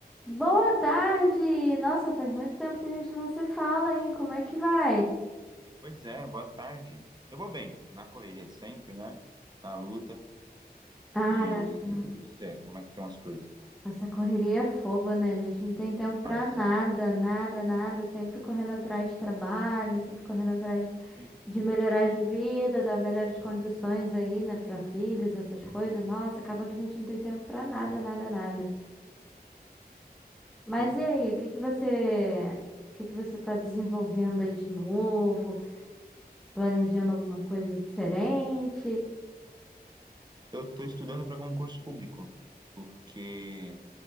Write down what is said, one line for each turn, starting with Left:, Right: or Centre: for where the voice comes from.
Centre: Boa tarde! Nossa, faz muito tempo que a gente não se fala, hein? Como é que vai?
Right: Pois é, boa tarde. Eu vou bem, na correria de sempre, né? Na luta.
Centre: Ah,
Right: E
Centre: essa,
Right: e você, como é que estão as coisas? O
Centre: essa correria é fogo, né? A gente não tem tempo
Right: que
Centre: pra
Right: mais?
Centre: nada, nada, nada. Sempre correndo atrás de trabalho, sempre correndo atrás
Right: Sim,
Centre: de melhorar de vida, dar melhores condições aí, né, Pra filhos, essas coisas. Nossa, acaba que a gente não tem tempo pra nada, nada, nada. Mas
Right: sim.
Centre: e aí, o que que você, o que que você tá desenvolvendo aí de novo? Planejando alguma coisa diferente?
Right: Eu tô estudando para concurso público, porque